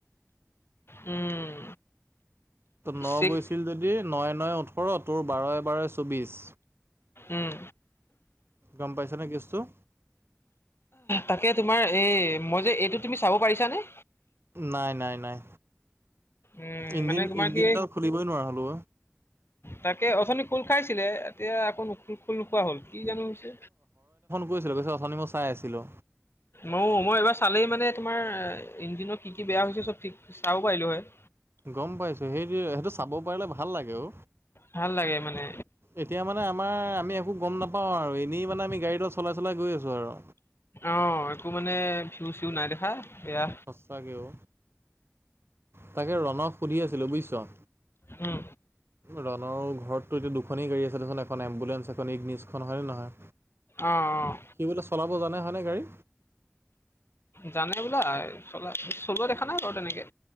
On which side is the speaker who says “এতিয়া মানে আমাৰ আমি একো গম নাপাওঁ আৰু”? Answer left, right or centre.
Right